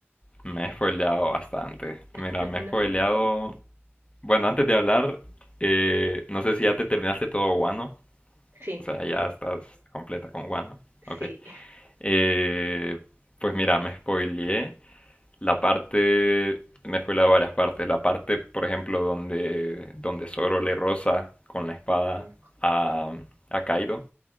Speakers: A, on the left (about 25°); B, on the right (about 80°).
A: me he spoileado bastante. Mira,
B: <laughs>
A: me
B: No.
A: he spoileado... Bueno, antes de hablar, eh, no sé si ya te terminaste todo guano.
B: Sí,
A: O sea, ya estás completa con Wano.
B: sí.
A: Ok. Eh, pues mira, me spoileé la parte, me spoileé varias partes. La parte, por ejemplo, donde, donde Zoro le roza con la espada
B: Mm, <laughs>
A: a, a Kaido.